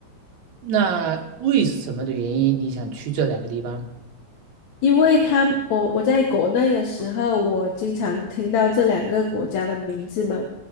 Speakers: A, on the right; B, on the left.
A: 那为什么的原因你想去这两个地方？
B: 因为他们我我在国内的时候，我经常听到这两个国家的名字嘛，